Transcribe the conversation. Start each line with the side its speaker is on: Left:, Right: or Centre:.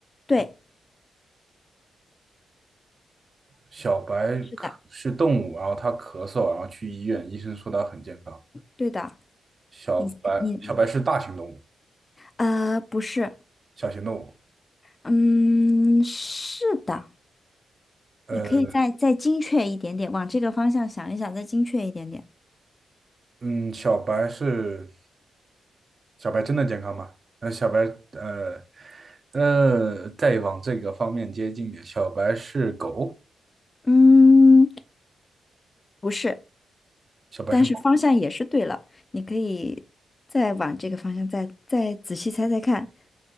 Left: 对，
Right: 小白咳是动物，
Left: 是的，
Right: 然后他咳嗽，然后去医院，医生说他很健康。
Left: 对的。
Right: 小白小白是大型动物，
Left: 你你呃，不是，
Right: 小型动物。
Left: 嗯，是的。
Right: 呃。
Left: 你可以再再精确一点点，往这个方向想一想，再精确一点点。
Right: 嗯，小白是小白真的健康吗？呃，小白，呃，呃，再往这个方面接近点，小白是狗，
Left: 嗯，不是，
Right: 小白是猫，
Left: 但是方向也是对了。你可以再往这个方向再再仔细猜猜看，